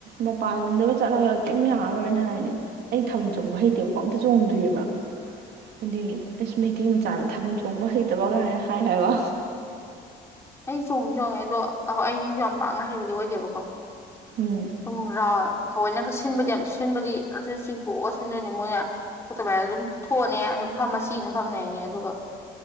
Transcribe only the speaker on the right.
ꯃꯄꯥꯟ ꯂꯝꯗꯒ ꯆꯠꯂꯒ ꯀꯤꯝ ꯌꯥꯔꯔꯣꯏꯅ ꯍꯥꯏꯅ‌ꯦ ꯑꯩ ꯊꯥꯕꯜ ꯆꯣꯡꯕ ꯍꯩꯇꯦꯕꯀꯣ ꯑꯝꯇ ꯆꯣꯡꯗ꯭ꯔꯤꯕ ꯑꯗꯨꯒꯤ ꯑꯁ ꯃꯩꯇꯩ ꯃꯆꯥꯅ ꯊꯥꯕꯜ ꯆꯣꯡꯕ ꯍꯩꯇꯕ ꯀꯥꯏꯅ ꯍꯥꯏ ꯍꯥꯏꯕ
ꯎꯝ